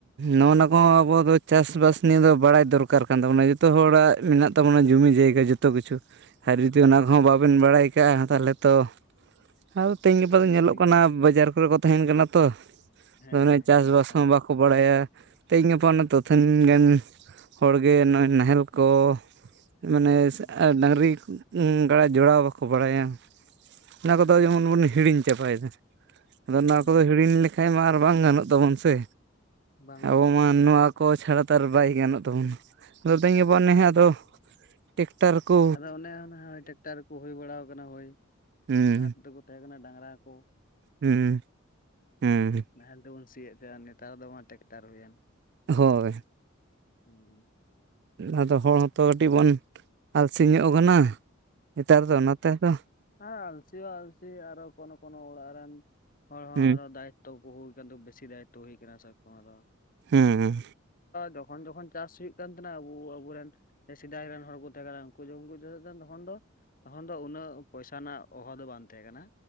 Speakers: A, on the right (about 55°); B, on the left (about 45°).
A: ᱱᱚᱜ ᱚᱱᱟ ᱠᱚᱦᱚᱸ ᱟᱵᱚ ᱫᱚ ᱪᱟᱥ ᱵᱟᱥ ᱱᱤᱭᱟᱹ ᱫᱚ ᱵᱟᱲᱟᱭ ᱫᱚᱨᱠᱟᱨ ᱠᱟᱱ ᱛᱟᱵᱚᱱᱟ, ᱡᱚᱛᱚ ᱦᱚᱲᱟᱜ ᱢᱮᱱᱟᱜ ᱛᱟᱵᱚᱱᱟ ᱡᱩᱢᱤ ᱡᱟᱭᱜᱟ ᱡᱚ ᱛᱚ ᱠᱤᱪᱷᱩ,
B: ᱦᱮᱸ
A: ᱟᱨ ᱡᱩᱫᱤ ᱚᱱᱟ ᱠᱚᱦᱚᱸ ᱵᱟᱵᱮᱱ ᱵᱟᱲᱟᱭ ᱠᱟᱜᱼᱟ ᱛᱟᱦᱚᱞᱮ ᱛᱚ <inaudible> ᱛᱮᱦᱮᱧ ᱜᱟᱯᱟ ᱫᱚ
B: ᱢᱩᱥᱠᱤᱞ
A: ᱧᱮᱞᱚᱜ ᱠᱟᱱᱟ
B: ᱜᱮᱭᱟ
A: ᱵᱟᱡᱟᱨ ᱠᱚᱨᱮ ᱠᱚ ᱛᱟᱦᱮᱸᱱ ᱠᱟᱱᱟ ᱛᱚ,
B: ᱦᱮᱸ
A: ᱢᱟᱱᱮ ᱪᱟᱥᱵᱟᱥ
B: ᱚᱱᱟ ᱠᱟᱱ
A: ᱦᱚᱸ ᱵᱟᱠᱚ ᱵᱟᱲᱟᱭᱟ ᱛᱮᱦᱮᱧ ᱜᱟᱯᱟ ᱚᱱᱮ ᱛᱚ
B: ᱦᱩᱸ
A: ᱛᱤᱱ ᱜᱟᱱ ᱦᱚᱲᱜᱮ ᱱᱚᱜᱼᱚᱸᱚᱭ ᱱᱟᱦᱮᱞ ᱠᱚ ᱢᱟᱱᱮ
B: ᱦᱩᱸ
A: ᱰᱟᱹᱟᱝᱨᱤ ᱜᱟᱲ ᱡᱚᱲᱟᱣ ᱵᱟᱠᱚ ᱵᱟᱲᱟᱭᱟ ᱚᱱᱟ ᱠᱚᱫᱚ
B: ᱦᱳᱭ
A: ᱡᱮᱢᱚᱱ ᱵᱚᱱ ᱦᱤᱲᱤᱧ ᱪᱟᱵᱟᱭᱮᱫᱟ ᱟᱫᱚ
B: ᱦᱩᱸ
A: ᱱᱚᱣᱟ ᱠᱚᱫᱚ ᱦᱤᱲᱤᱧ ᱞᱮᱠᱷᱟᱡ ᱢᱟ ᱟᱨ ᱵᱟᱝ ᱜᱟᱱᱚᱜ ᱛᱟᱵᱚᱱ ᱥᱮ
B: ᱵᱟᱝ
A: ᱟᱵᱚ
B: ᱜᱟᱱᱚᱜᱼᱟ
A: ᱢᱟ ᱱᱚᱣᱟ ᱠᱚ ᱪᱷᱟᱲᱟ ᱛᱚ ᱟᱨ ᱵᱟᱭ ᱜᱟᱱᱚᱜ ᱛᱟᱵᱚᱱᱟ ᱟᱫᱚ ᱛᱤᱧ ᱜᱟᱯ
B: ᱦᱩᱸ
A: ᱱᱮᱸᱦᱚᱸ ᱟᱫᱚ ᱴᱮᱠᱴᱟᱨ ᱠᱩ
B: ᱟᱫᱚ ᱚᱱᱮ ᱱᱟᱳᱭ ᱴᱮᱠᱴᱟᱨᱠᱚ ᱦᱩᱭ ᱵᱟᱲᱟᱣ ᱟᱠᱟᱱᱟ ᱦᱳᱭ
A: ᱦᱩᱸ
B: ᱞᱟᱦᱟ ᱛᱮᱫᱚ ᱠᱚ ᱛᱟᱦᱮᱸ ᱠᱟᱱᱟ ᱰᱟᱝᱨᱟ ᱠᱩ
A: ᱦᱩᱸ ᱦᱩᱸ
B: ᱱᱟᱦᱮᱞ ᱛᱮᱵᱚᱱ ᱥᱤᱭᱮᱫ ᱛᱟᱦᱮᱜ-ᱟ ᱱᱮᱛᱟᱨ ᱫᱚ ᱵᱟᱝ ᱴᱮᱠᱴᱟᱨ ᱦᱩᱭᱮᱱ
A: ᱦᱳᱭ
B: <unintelligible>
A: ᱟᱫᱚ ᱦᱚᱲ ᱦᱚᱸᱛᱚ ᱠᱟᱹᱴᱤᱡ ᱵᱚᱱ ᱟᱞᱥᱤ ᱧᱚᱜ ᱠᱟᱱᱟ ᱱᱮᱛᱟᱨ ᱫᱚ ᱱᱚᱛᱮ ᱛᱚ
B: ᱦ ᱟᱞᱥᱤ ᱦᱚᱸ ᱟᱞᱥᱤ ᱟᱨᱚ ᱠᱚᱱᱚ ᱠᱱᱚ ᱚᱲᱟᱜ ᱨᱮᱱ ᱦᱚᱲ ᱦᱚᱸ
A: ᱦᱩᱸ
B: ᱟᱨᱚ ᱫᱟᱭ ᱛᱚ ᱜᱳᱦᱳᱭ ᱠᱟᱱ ᱛᱚ ᱵᱮᱥᱤ ᱫᱟᱭᱤᱛᱚ ᱦᱩᱭ ᱠᱟᱱᱟ ᱛᱚᱠᱷᱚᱱ ᱫᱚ
A: ᱦᱩᱸ
B: ᱡᱚᱠᱠᱷᱚᱱ ᱡᱚᱠᱠᱷᱚᱱ ᱪᱟᱥ ᱦᱩᱭᱩᱜ ᱠᱟᱱ ᱛᱟᱸᱦᱮᱱᱟ ᱟᱵᱚᱨᱮᱱ ᱥᱮᱫᱟᱭ ᱨᱮᱱ ᱦᱚᱲ ᱠᱚ ᱛᱟᱦᱮᱸ ᱠᱟᱱᱟ ᱠᱩ ᱡᱚᱢ ᱠᱩᱡᱟᱹᱣ ᱫᱟ ᱛᱚᱠᱠᱷᱚᱱ ᱫᱚ ᱛᱚᱠᱠᱷᱚᱱ ᱫᱚ ᱩᱱᱟᱹᱜ ᱯᱚᱭᱥᱟ ᱨᱮᱱᱟᱜ ᱚᱵᱷᱟᱯ ᱫᱚ ᱵᱟᱝ ᱛᱟᱸᱦᱮ ᱠᱟᱱᱟ